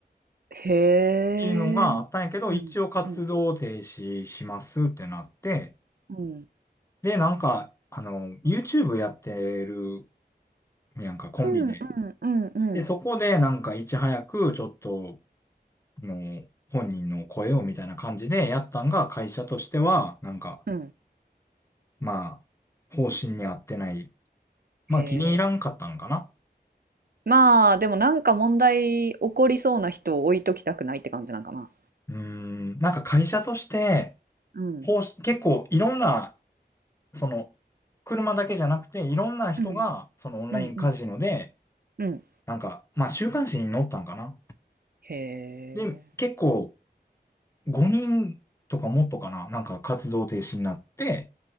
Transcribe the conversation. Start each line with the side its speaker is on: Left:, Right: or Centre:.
Right: へえ。
Left: ていうのがあったんやけど、
Right: うん。
Left: 一応活動停止しますってなって、
Right: うん。うん。
Left: で、なんか、あの、YouTube やってるやんか、コンビで。
Right: うんうんうんうん。
Left: で、そこでなんかいち早くちょっと、あの、本人の声をみたいな感じでやったんが、会社としては、なんか、
Right: うん。
Left: まあ、方針に合ってない。まあ、
Right: へ
Left: 気に入らんかったのかな。
Right: え。まあ、でもなんか問題起こりそうな人を置いときたくないって感じなんかな。
Left: うーん、なんか会社として、
Right: うん。
Left: 方針結構いろんなその、車だけじゃなくて、いろんな人が、
Right: うん。
Left: そのオンラインカジノで、
Right: うんうん。うん。
Left: なんか、まあ、週刊誌に載ったんかな。
Right: へえ。
Left: で、結構、5人とかもっとかな、なんか活動停止になって、